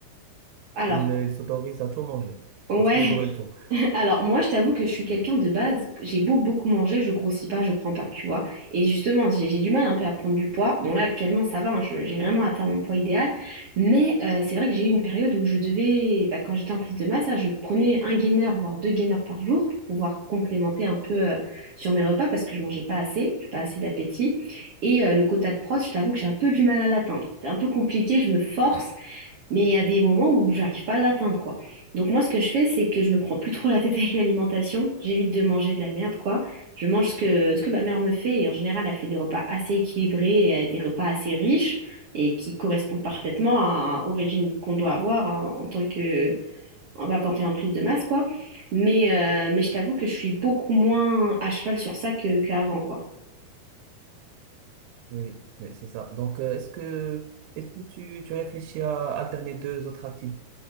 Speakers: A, on the right; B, on the right.
A: Alors,
B: ils, euh, ils s'autorisent à tout manger,
A: ouais,
B: parce qu'ils brûlent tout.
A: <laughs> alors moi, je t'avoue que je suis quelqu'un de base, j'ai beau beaucoup manger, je grossis pas, je prends pas, tu vois. Et justement, j'ai j'ai du mal un peu à prendre du poids. Bon, là, actuellement, ça va, hein, je- j'ai vraiment atteint mon poids idéal. Mais euh, c'est vrai que j'ai eu une période où je devais, bah, quand j'étais en prise de masse, là, je prenais un gainer, voire deux gainers par jour pour pouvoir complémenter un peu euh, sur mes repas parce que je mangeais pas assez, j'ai pas assez d'appétit. Et euh, le quota de prot, je t'avoue que j'ai un peu du mal à l'atteindre. C'est un peu compliqué, je me force. Mais il y a des moments où j'arrive pas à l'atteindre, quoi. Donc moi, ce que je fais, c'est que je me prends plus trop la tête <laughs> avec l'alimentation. J'évite de manger de la merde, quoi. Je mange ce que, ce que ma mère me fait. Et en général, elle fait des repas assez équilibrés, et, euh, des repas assez riches et qui correspondent parfaitement à- au régime qu'on doit avoir hein, en tant que, en bah, quand t'es en prise de masse, quoi. Mais, euh, mais je t'avoue que je suis beaucoup moins à cheval sur ça que, qu'avant, quoi.
B: Oui, oui, c'est ça. Donc, euh, est-ce que, est-ce que tu, tu réfléchis à alterner deux autres activités?